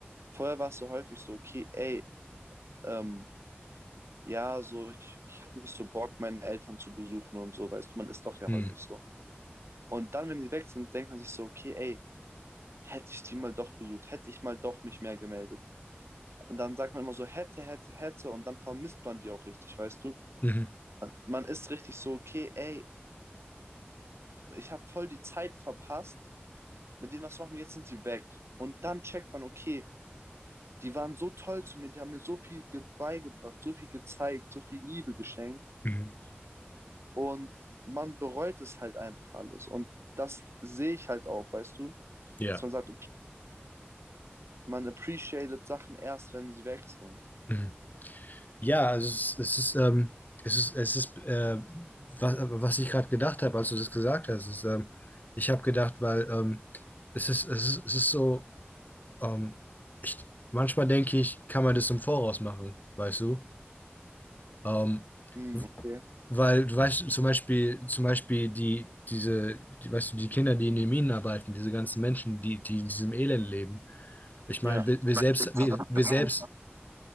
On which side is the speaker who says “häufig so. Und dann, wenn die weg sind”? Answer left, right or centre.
Right